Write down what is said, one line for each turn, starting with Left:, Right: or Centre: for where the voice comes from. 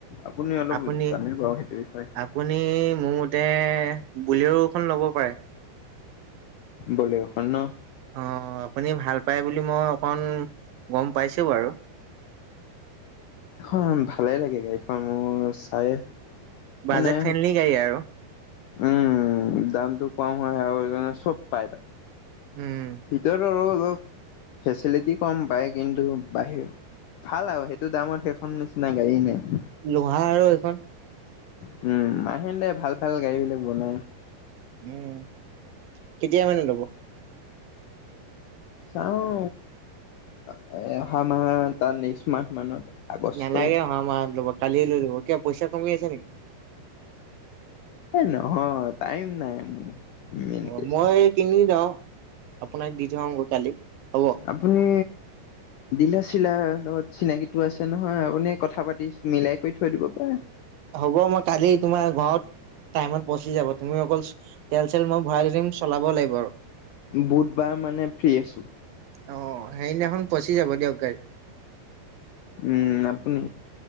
Left: আপুনি অলপ
Right: আপুনি
Left: জানিব আৰু সেইটো বিষয়ে।
Right: আপুনি মোৰ মতে ব'লেৰ এখন ল'ব পাৰে।
Left: ব'লেৰ এখন ন?
Right: অ', আপুনি ভাল পায় বুলি মই অকণমান গম পাইছো বাৰু।
Left: অ', ভালে লাগে গাড়ীখন মোৰ চাই
Right: বাজেট
Left: মানে
Right: ফ্ৰেণ্ডলি গাড়ী আৰু
Left: উম, দামটো কম হয় আৰু সেইটো কাৰণে চব পাই তাত।
Right: উম।
Left: ভিতৰত আৰু অলপ ফেচিলিটি কম পায় কিন্তু বাহিৰ ভাল আৰু সেইটো দামৰ সেইখন নিচিনা গাড়ী নাই।
Right: লোঁহাৰ আৰু এইখন।
Left: উম, মাহিন্দ্ৰাই ভাল ভাল গাড়ীবিলাক বনাই।
Right: উম, কেতিয়া মানে ল'ব?
Left: চাওঁ আৰু অহা মাহ তাৰ নেক্সট মাহ মানত। আগষ্ট
Right: নেলাগে অহা মাহত ল'ব কালিয়ে কিয় পইচা কমি আছে নেকি?
Left: এ নহয় টাইম নাই মোৰ। মেইন
Right: অ',
Left: কেছ।
Right: মই কিনি যাওঁ আপোনাক দি থওঁ কালি, হ'ব।
Left: আপুনি দিলাৰ চিলাৰৰ লগত চিনাকিটো আছে নহয় আপুনি কথা পাতি মিলাই কৰি থৈ দিব পাৰে।
Right: হ'ব মই কালি তোমাৰ ঘৰত টাইমত পহচি যাব তুমি অকল তেল চেল মই ভৰাই থৈ দিম চলাব লাগিব আৰু।
Left: বুধবাৰ মানে ফ্ৰী আছো।
Right: অ', সেইদিনাখন পহচি যাব দিয়ক গাড়ী।
Left: উম, আপুনি